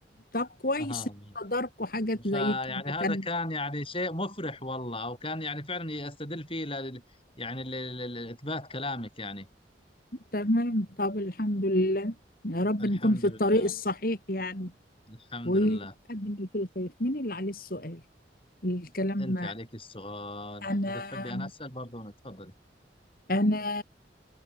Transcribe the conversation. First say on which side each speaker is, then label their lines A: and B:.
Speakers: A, on the left (about 50°); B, on the left (about 30°).
A: طب كويس
B: أها.
A: إنكم تداركوا حاجات زي
B: فيعني
A: كده
B: هذا
A: كان
B: كان يعني شيء مفرح والله وكان يعني فعلا استدل فيه ل... يعني ل... ل... لإثبات كلامك يعني
A: تمام طب الحمد لله يا رب
B: الحمد
A: نكون في
B: لله
A: الطريق الصحيح يعني
B: الحمد
A: ويقدم
B: لله
A: اللي فيه الخير مين اللي عليه السؤال الكلام
B: أنت عليك السؤال
A: أنا
B: وإذا تحبي أنا أسأل برضه أنا تفضلي
A: أنا